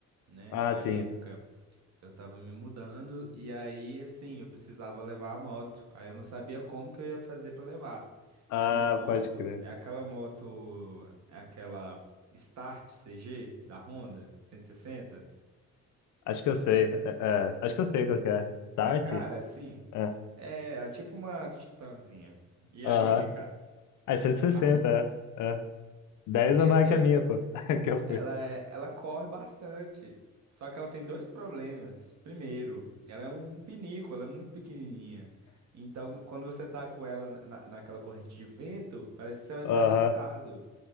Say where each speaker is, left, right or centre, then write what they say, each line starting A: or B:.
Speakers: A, on the right; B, on the left.
A: né?
B: Ah,
A: Na
B: sim.
A: época. Eu tava me mudando e aí, assim, eu precisava levar a moto. Aí eu não sabia como que eu ia fazer pra levar.
B: Ah,
A: Que a minha moto
B: pode crer.
A: é aquela moto, é aquela Start CG da Honda 160.
B: Acho que eu sei. É, é. acho que eu sei qual que é. Start?
A: Cara, assim,
B: É.
A: é, é tipo uma Titanzinha. E
B: Aham.
A: aí, cara,
B: Aí 160,
A: a-
B: é. é. dez
A: só que
B: a
A: assim,
B: mais que
A: é,
B: a minha, pô, <laughs> que eu fui.
A: Ela é, ela corre bastante. Só que ela tem dois problemas. Primeiro, ela é um pinico, ela é muito pequenininha. Então, quando você tá com ela na, na- naquela corrente de vento, parece que você vai
B: Aham.
A: ser arrastado.